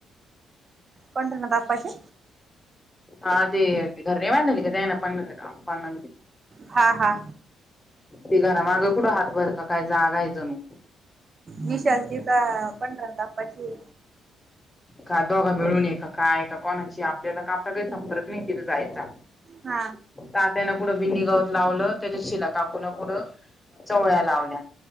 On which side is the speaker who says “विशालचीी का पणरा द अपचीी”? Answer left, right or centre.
Right